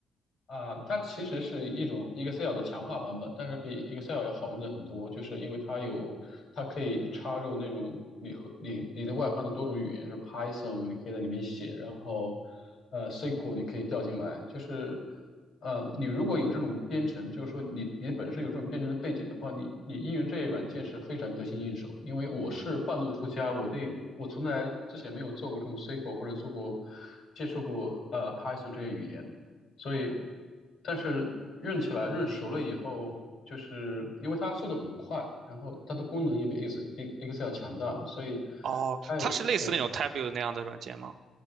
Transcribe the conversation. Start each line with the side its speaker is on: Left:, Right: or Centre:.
Left: 啊，它其实是一种 Excel 的强化版本，但是比 Excel 要好用的很多，就是因为它有，它可以插入那种你和你你的外放的多种语言，是 Python，你可以在里面写，然后呃 SQL 你可以调进来，就是呃你如果有这种编程，就是说你你本身有这种编程的背景的话，你你应用这些软件是非常得心应手。因为我是半路出家，我对我从来之前没有做过这种 SQL 或者做过接触过呃 Python 这些语言。所以，但是润起来润熟了以后，就是因为它速度很快，然后它的功能也比 Ex- Ex- Excel 强大，所以
Right: 哦，
Left: 它也对
Right: 它是类似那种 t a b l e u 那样的软件吗？